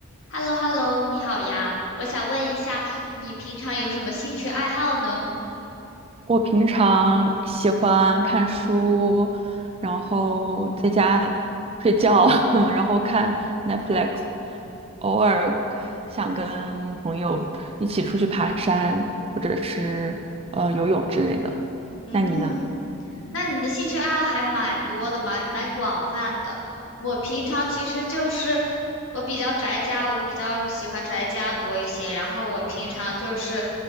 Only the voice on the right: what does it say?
我平常喜欢看书，然后在家睡觉，<laughs> 然后看 Netflix，偶尔想跟朋友一起出去爬山，或者是呃游泳之类的。
那你呢？